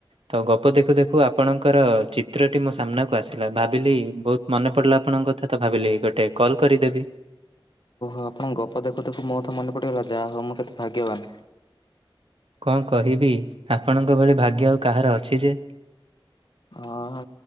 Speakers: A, on the right; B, on the left.
A: ତ ଗପ ଦେଖୁ ଦେଖୁ ଆପଣଙ୍କର ଚିତ୍ରଟି ମୋ ସାମ୍ନାକୁ ଆସିଲା ଭାବିଲି ବହୁତ ମନେ ପଡ଼ିଲା ଆପଣଙ୍କ କଥା ତ ଭାବିଲି ଗୋଟେ କଲ୍ କରିଦେବି।
B: ଆଉ ଆପଣଙ୍କ ଗପ ଦେଖୁ ଦେଖୁ ମୋ କଥା ମନେ ପଡିଗଲା ଯାହା ହଉ ମୁଁ କେତେ ଭାଗ୍ୟବାନ୍।
A: କଣ କହିବି ଆପଣଙ୍କ ଭଳି ଭାଗ୍ୟ ଆଉ କାହାର ଅଛି ଯେ।
B: ଅଁ